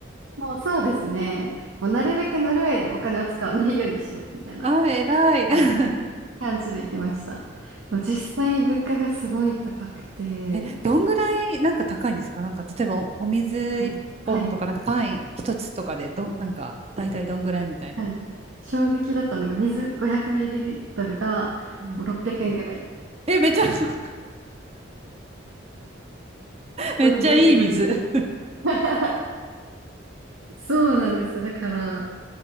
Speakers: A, on the right; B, on the right.
A: もうそうですね。
B: <laughs>
A: もうなるべくノルウェーでお金を使わないようにしようみたいな、
B: あ、偉い。
A: はい、
B: <laughs>
A: 感じで行きました。でも実際物価がすごい高くて、
B: え、どんぐらいなんか高いんですかなんか、例えばお水一本とか、
A: はい、はい、
B: なんかパン一つとかで、ど、なんか、大体どんぐらいみたいな。
A: はい。衝撃だったのが水 500ml がもう600円ぐらい。
B: うんえ、めっちゃ、<laughs> めっちゃいい水。
A: おいおいおいおい。<laughs> そうなんですよ。だから、